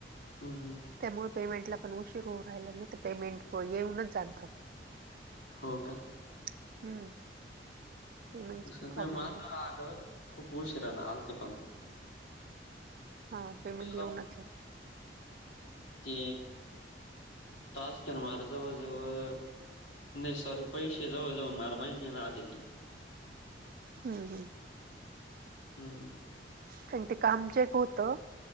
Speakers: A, on the left; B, on the right.
A: हम्म! हम्म.
B: त्यामुळे पेमेंटला पण उशीर होऊ राहिला, नाही तर पेमेंट येऊनच जातं.
A: हो का?
B: <unintelligible> <inaudible> पेमेंटचा
A: असं
B: प्रॉब्लेम
A: नाही, माज आलं खूप उशिराने आलते पण
B: हा, पेमेंट
A: त्याला
B: येऊनच
A: ते टास्क मला जवळजवळ नाही सॉरी, पैसे जवळजवळ मला महिन्याने आले ते
B: <unintelligible> <inaudible>
A: हम्म!
B: कारण ते काम चेक होतं,